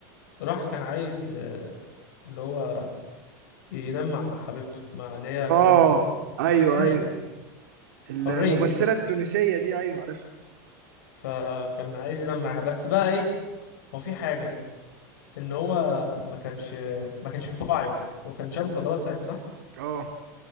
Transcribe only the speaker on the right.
اه
ايوه
ايوه
الممثله
التونسيه دي ايوه عارفها
اه